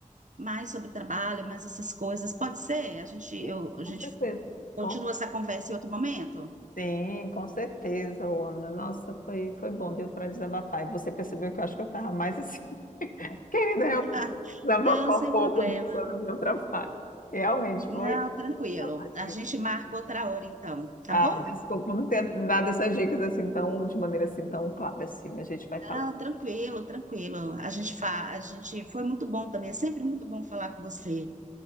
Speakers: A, on the right; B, on the left.
A: mais sobre trabalho, mais essas coisas, pode ser? A gente,
B: Sim,
A: eu, a
B: com
A: gente
B: certeza.
A: continua
B: Com
A: essa conversa em outro momento?
B: Sim, com certeza, ô, Ana. Nossa, foi, foi bom, deu para desabafar. E você percebeu que eu acho que eu estava mais assim, <laughs> querendo realmente
A: <laughs>
B: desabafar
A: Não, sem
B: um pouco
A: problema.
B: né, sobre o meu trabalho. Realmente
A: Não,
B: foi.
A: tranquilo.
B: cansativo.
A: A gente marca outra hora então, tá
B: Ah,
A: bom?
B: desculpa não ter dado essas dicas assim tão, de maneira assim tão clara assim, mas a gente vai falar.
A: Ah, tranquilo, tranquilo. A gente fa... a gente foi muito bom também, é sempre muito bom falar com você.